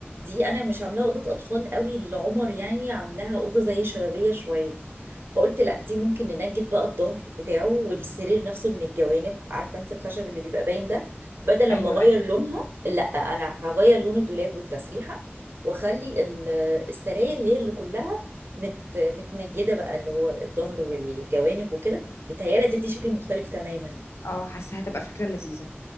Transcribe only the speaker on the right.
دي انا مش عاملاها اوضه اطفال قوي لعمر يعني عاملاها اوضه زي شبابيه شويه فقلت لا دي ممكن ننجد بقى الظهر بتاعه والسرير نفسه من الجوانب عارفه انت الخشب اللي بيبقى باين ده بدل لما
اغير
لونها لا انا هغير لون الدولاب والتسريحه واخلي ال- <hesitation> السراير هي اللي كلها مت متنجده بقى اللي هو الظهر والجوانب وكده بتهيالي تدي شكل مختلف تماما